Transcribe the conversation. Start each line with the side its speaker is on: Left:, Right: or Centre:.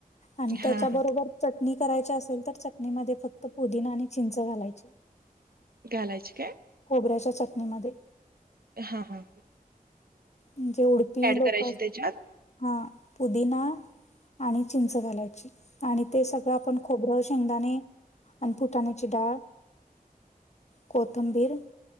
Left: आणि त्याच्याबरोबर
Right: हां, हां.
Left: चटणी करायची असेल तर चटणीमध्ये फक्त पुदिना आणि चिंच घालायची
Right: कालाज काय
Left: खोबऱ्याच्या चटणीमध्ये
Right: हा हा
Left: म्हणजे उडपी लोक
Right: करायची
Left: अस
Right: त्याच्यात
Left: हा पुदिना आणि चिंच घालायची आणि ते सगळं आपण खोरं शेंगदाणे आणि फुटाण्याची डाळ कोथंबीर